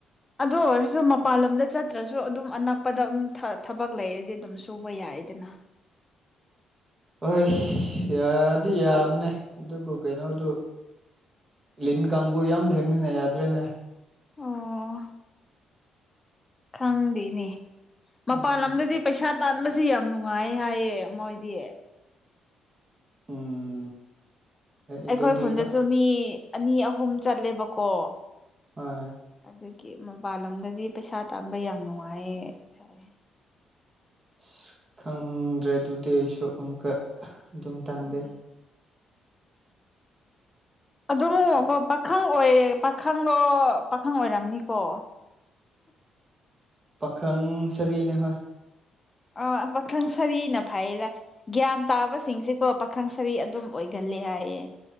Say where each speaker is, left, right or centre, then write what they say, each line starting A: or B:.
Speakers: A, on the left (about 20°); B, on the right (about 30°).
A: ꯑꯗꯨ ꯑꯣꯏꯔꯁꯨ ꯃꯄꯥꯟ ꯂꯝꯗ ꯆꯠꯇ꯭ꯔꯁꯨ ꯑꯗꯨꯝ ꯑꯅꯛꯄꯗ ꯑꯗꯨꯝ ꯊꯕꯛ ꯂꯩ ꯍꯧꯖꯤ ꯑꯗꯨꯝ ꯁꯨꯕ ꯌꯥꯏꯗꯅ
B: ꯍꯣꯏ ꯌꯥꯗꯤ ꯌꯥꯕꯅꯦ ꯑꯗꯨꯕꯨ ꯀꯩꯅꯣꯗꯨ ꯂꯤꯟ ꯀꯥꯡꯕꯨ ꯌꯥꯝ ꯂꯦꯡꯃꯤꯟꯅ ꯌꯥꯗ꯭ꯔꯦꯅꯦ
A: ꯑꯣ ꯈꯪꯗꯦꯅꯦ ꯃꯄꯥꯟ
B: ꯎꯝ
A: ꯂꯝꯗꯗꯤ ꯄꯩꯁꯥ ꯇꯥꯟꯕꯁꯦ ꯌꯥꯝ ꯅꯨꯡꯉꯥꯏ ꯍꯥꯏꯌꯦ ꯃꯣꯏꯗꯤ
B: ꯎꯝ
A: ꯑꯩꯈꯣꯏ
B: ꯑꯗꯨꯗꯤ
A: ꯈꯨꯟꯗꯁꯨ ꯃꯤ ꯑꯅꯤ ꯑꯍꯨꯝ ꯆꯠꯂꯦꯕꯀꯣ
B: ꯍꯣꯏ
A: ꯑꯗꯨꯒꯤ ꯃꯄꯥꯟ ꯂꯝꯣꯗꯗꯤ ꯄꯩꯁꯥ ꯇꯥꯟꯕ ꯌꯥꯝ ꯅꯨꯡꯉꯥꯏꯌꯦ ꯍꯥꯏ
B: ꯑꯁ ꯈꯪꯗ꯭ꯔꯦ ꯑꯗꯨꯗꯤ ꯑꯩꯁꯨ ꯑꯃꯨꯛꯀ ꯑꯗꯨꯝ ꯇꯥꯡꯗꯤ
A: ꯎꯝ ꯑꯗꯨꯝ ꯄ ꯄꯥꯈꯪ ꯑꯣꯏꯌꯦ ꯄꯥꯈꯪꯂꯣ ꯄꯥꯈꯪ ꯑꯣꯏꯔꯝꯅꯤꯀꯣ
B: ꯄꯥꯈꯪ ꯁꯔꯤꯅꯦ ꯍꯣꯏ
A: ꯑꯥ ꯃꯈꯡ ꯁꯔꯤꯅ ꯐꯩꯌꯦꯗ ꯒ꯭ꯌꯥꯟ ꯇꯥꯕꯁꯤꯡꯁꯤꯀꯣ ꯄꯥꯈꯪ ꯁꯔꯤ ꯑꯗꯨꯝ ꯑꯣꯏꯒꯜꯂꯦ ꯍꯥꯏꯌꯦ